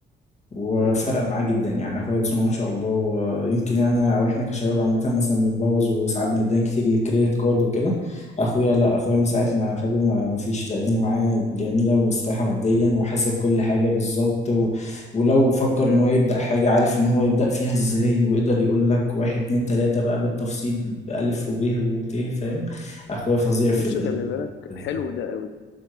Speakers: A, on the left; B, on the left.
A: وفرق
B: م-
A: معاه جدا يعني اخويا بسم الله ما شاء الله آه، يمكن انا او احنا كشباب عامه مثلا بنبوظ وساعات بنتدين كتير للكريدت كارد وكده اخويا لا اخويا من ساعه ما خده ما ما فيش لا الدنيا معاه جميله ومستريحه ماديا وحاسب كل حاجه بالظبط و... ولو فكر
B: م.
A: ان هو يبدا حاجه عارف ان هو يبدا فيها ازاي ويقدر يقول لك واحد اتنين تلاته بقى بالتفصيل بالف وب وت فاهم اخويا فظيع في
B: بص
A: ال...
B: خلي بالك
A: دي
B: حلو ده قوي